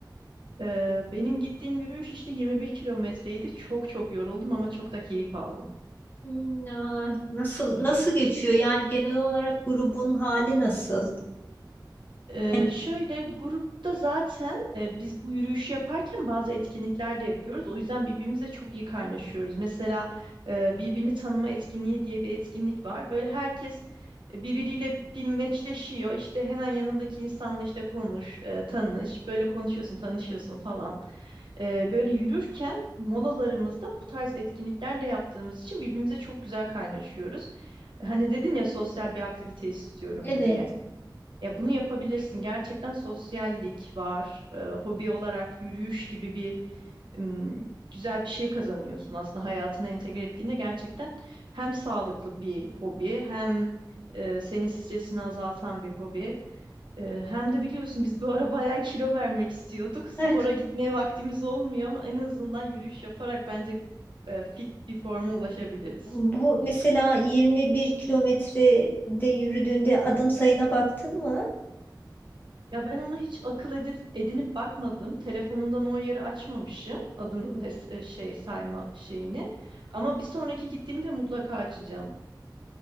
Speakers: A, on the right; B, on the left.
A: Ee, benim gittiğim yürüyüş işte 21 kilometreydi. Çok çok yoruldum ama çok da keyif aldım.
B: Hmm, aa, Nasıl nasıl geçiyor? Yani genel olarak grubun hali nasıl?
A: Ee,
B: Yani,
A: şöyle grupta zaten e, biz bu yürüyüşü yaparken bazı etkinlikler de yapıyoruz. O yüzden birbirimizle çok iyi kaynaşıyoruz. Mesela e, birbirini tanıma etkinliği diye bir etkinlik var. Böyle herkes e, birbiriyle bir meçleşiyor. İşte hemen yanındaki insanla işte konuş, e, tanış. Böyle konuşuyorsun, tanışıyorsun falan. E, böyle yürürken molalarımızda bu tarz etkinlikler de yaptığımız için birbirimize çok güzel kaynaşıyoruz. Hani dedin ya sosyal bir aktivite istiyorum
B: evet.
A: diye. Ya bunu yapabilirsin. Gerçekten sosyallik var. Ee, hobi olarak yürüyüş gibi bir ım, güzel bir şey kazanıyorsun aslında hayatına entegre ettiğinde gerçekten hem sağlıklı bir hobi hem e, senin stresini azaltan bir hobi. E, hem de biliyorsun biz bu ara bayağı kilo vermek istiyorduk. Spora
B: Eh,
A: gitmeye vaktimiz olmuyor ama en azından yürüyüş yaparak bence e, fit bir forma ulaşabiliriz.
B: bu mesela 21 kilometrede yürüdüğünde adım sayına baktın mı?
A: Ya ben onu hiç akıl edip, edinip bakmadım. Telefonumdan o ayarı açmamışım. Adım
B: Hmm.
A: hes- e, şey sayma şeyini. Ama bir sonraki gittiğimi de mutlaka açacağım.